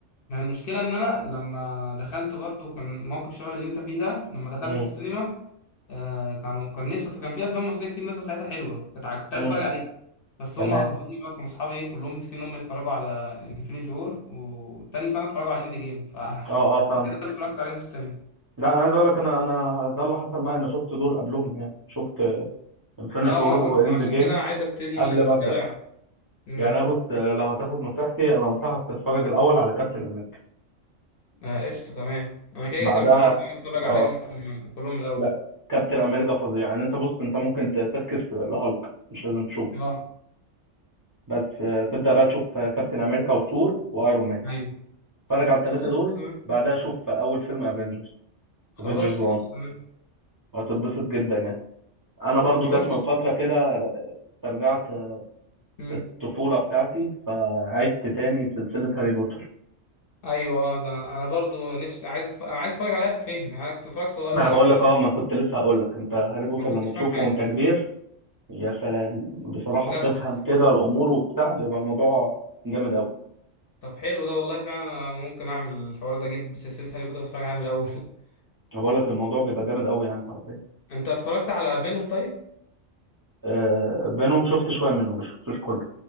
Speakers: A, on the left (about 60°); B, on the right (about 30°).
A: ما المشكله ان انا لما دخلت برضو كان موقف شبه اللي انت فيه ده لما دخلت
B: امم
A: السينما آه كانوا كان نفسي كان في افلام مصريه كتير نازله ساعتها حلوه كنت عاج- كنت عايز
B: امم
A: اتفرج عليها بس
B: تمام
A: هم اجبروني بقى كانوا اصحابي ايه كلهم متفقين ان هم يتفرجوا على انفينيتي وور وتاني سنه اتفرجوا على اند جيم ف <laughs>
B: اه اه فهمت
A: كده اتفرجت عليهم في السينما
B: لا انا عايز اقول لك انا انا ده اللي حصل معايا انا شفت دول قبلهم يعني شفت انفينيتي
A: اه
B: وور
A: انا برضه
B: واند
A: عشان
B: جيم
A: كده عايز ابتدي
B: قبل ما
A: اتابع
B: ابدا
A: امم
B: يعني انا بص لو هتاخد نصيحتي انا انصحك تتفرج الاول على كابتن امريكا
A: آه قشطه تمام انا كده
B: بعدها
A: كده كان في نيتي ان أنا اتفرج
B: اه
A: عليهم كلهم من الاول
B: لا كابتن امريكا فظيع يعني انت بص انت ممكن ت- تفكس لهالك مش لازم تشوف
A: اه
B: بس آه، تبدأ بقى تشوف آه، كابتن أمريكا وثور وأيرون مان
A: ايوه
B: اتفرج على الثلاثة
A: قشطه
B: دول
A: تمام
B: بعدها شوف أول فيلم افنجرز
A: خلاص
B: افنجرز 1
A: قشطه تمام
B: وهتتبسط جدا يعني أنا برضو
A: انا
B: جت
A: برضه
B: من فترة كده استرجعت
A: امم
B: الطفولة بتاعتي فعدت تاني سلسلة هاري بوتر
A: ايوه آه، ده انا برضو نفسي عايز أتف... انا عايز اتفرج عليها بفهم يعني انا كنت اتفرج صغير
B: ما
A: وانا
B: أنا بقول
A: صغير
B: لك أه ما كنت لسه هقول لك أنت هاري بوتر
A: ما كنتش
B: لما
A: فاهم
B: تشوفه
A: حاجه
B: وأنت كبير يا سلام بصراحة
A: بجد
B: بتفهم كده الأمور وبتاع بيبقى الموضوع جامد أوي
A: طب حلو ده والله فعلا أنا ممكن اعمل الحوار ده اجيب سلسله هاري بوتر اتفرج عليها من الاول <laughs>
B: أنا بقول لك الموضوع بيبقى جامد أوي يعني حرفيا
A: انت اتفرجت على فينوم طيب
B: آه فينوم شفت شوية منه مش شفتوش كله